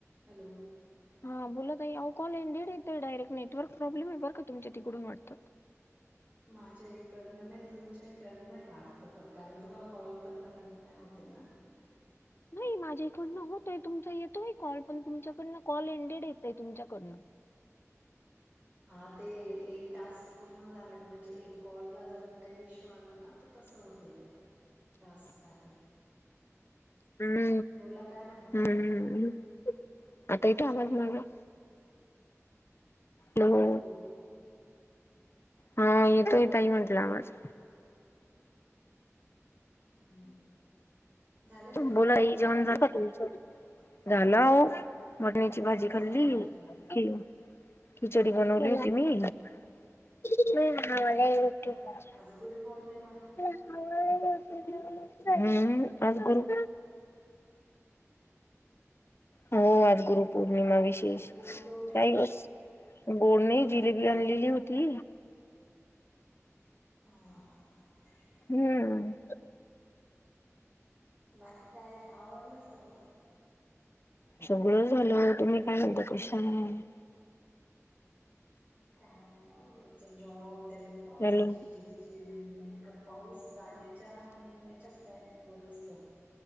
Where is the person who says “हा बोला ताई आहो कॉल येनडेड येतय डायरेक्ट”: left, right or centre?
Left